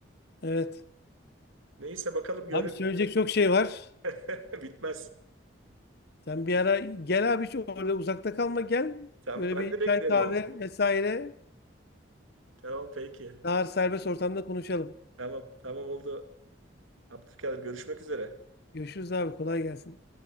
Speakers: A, on the left; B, on the right.
A: evet.
B: Neyse bakalım görelim.
A: Abi söyleyecek çok şey var.
B: <laughs> Bitmez.
A: Sen bir ara gel abi hiç orada uzakta kalma gel.
B: Tamam
A: Böyle
B: ben
A: bir
B: de beklerim
A: çay kahve
B: ama.
A: vesaire
B: Tamam peki.
A: daha serbest ortamda konuşalım.
B: Tamam tamam oldu. Abdülkadir görüşmek üzere.
A: Görüşürüz abi kolay gelsin.